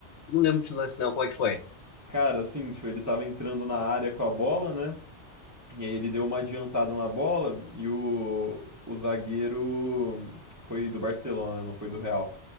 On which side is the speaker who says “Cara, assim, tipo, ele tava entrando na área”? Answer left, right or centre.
Right